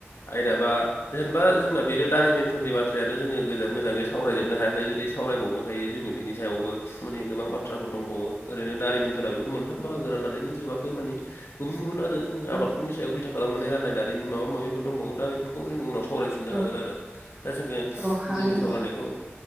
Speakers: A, on the left (about 75°); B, on the right (about 20°).
A: आयदा बा जेनेबा जोंना बेनो दारिमिनफोरनि बाथ्रायानो जोंङो गोजान मोजाङै सावरायजोबनो हायाखै जुदि सावरायबावनो हायो जोंङो बिनि सायावबो माने गोबां बाथ्राफोर दंबावो ओरैनो दारिमिनफोरा बेफोर मोनथाम बाहागो राननानै नों जोबाखै माने गुबुन गुबुन आरो जों
B: औ
A: आबादफोरनि
B: दङ औ
A: सायाव बिथा खालामनानै रान होननाय दारिमिन माबा माबिफोर दंबावो दा बेफोरखौ जों उनाव साव सावरायफिननो
B: औ
A: हागोन आरो दा जोङो
B: औ हागोन
A: जोंनि
B: आं
A: सावरायनायखौ